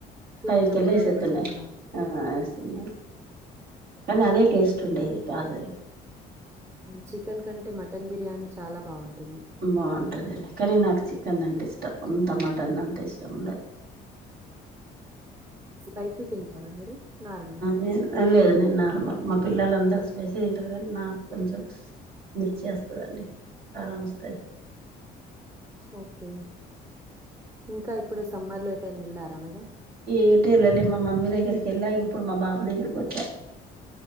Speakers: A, on the right; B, on the right.
A: తినేటప్పుడు
B: పైకెళ్ళ వేసేస్తున్నాయి
A: దమ్ వేస్తున్నారు
B: ఆ వేస్తున్నాయి కానీ అదే టేస్ట్ ఉండేది పాతది
A: చికెన్ కంటే మటన్ బిర్యానీ చాలా బాగుంటుంది
B: బాగుంటుంది కానీ నాకు చికెన్ అంటే ఇష్టం మటన్ అంటే అంత ఇష్టం ఉండదు
A: స్పైసీ తింటారా మీరు నార్మల్ ల
B: నే లేదు నేను నార్మల్ మా పిల్లలందరూ స్పెసీ తింటారు కానీ నాకు కొంచెం మిరిచేస్తాదండి కారం వస్తుంది
A: ఓకే ఇంకా ఇప్పుడు సమ్మర్ లో ఎటైనా వెళ్ళారా మేడం
B: ఎటు ఎల్లలే మా మమ్మీ దగ్గరికి వెళ్ళ ఇప్పుడు మా బాబు దగ్గరకి వచ్చా